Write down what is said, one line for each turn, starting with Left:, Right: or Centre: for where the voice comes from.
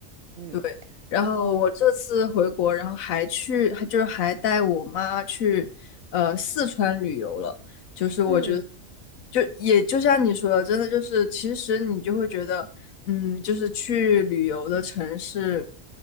Right: 嗯，
Left: 对，然后我这次回国，
Right: 然后
Left: 然后还去，还就是还带我妈去，呃，四川旅游了。就是我觉得，
Right: 嗯
Left: 就也就像你说的，真的就是，其实你就会觉得，嗯，就是去旅游的城市，